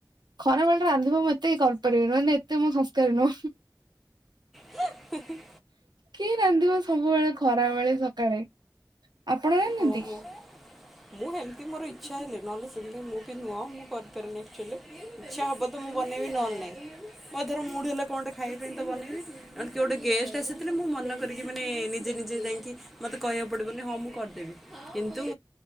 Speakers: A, on the right; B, in the centre.
A: ଖରା ବେଳେ ରାନ୍ଧିବା ମୁଁ ଏତେ କରିପାରିବିନି ଏତେ ମୁଁ ସଂସ୍କାରି ନୁହଁ।
B: ହୁଁ ହୁଁ।
A: କିଏ ରାନ୍ଧିବ ସବୁବେଳେ ଖରା ବେଳେ ସକାଳେ ଆପଣ ରାନ୍ଧନ୍ତି।
B: ଓ ହୋ। ମୁଁ ହେମିତି ମୋର ଇଚ୍ଛା ହେଲେ ନହେଲେ ସେମିତି ମୁଁ ବି ନୁହଁ ମୁଁ କରିପାରିନି ଆକ୍ଚୁଆଲି। ଇଛା ହବ ତ ମୁଁ ବନେଇବି ନହଲେ ନାଇଁ ମୋ ଧର ମୁଡ ହେଲେ କଣେଟେ ଖାଇବା ପାଇଁ ତ ବନେଇବି। ମାନେ କିଏ ଗୋଟେ ଗେଷ୍ଟ ଆସିଥିଲେ ମୁଁ ମନ କରିକି ମାନେ ନିଜେ ନିଜେ ଯାଇକି ମୋତେ କହିବାକୁ ପଡ଼ିବନି ହଁ ମୁଁ କରିଦେବି କିନ୍ତୁ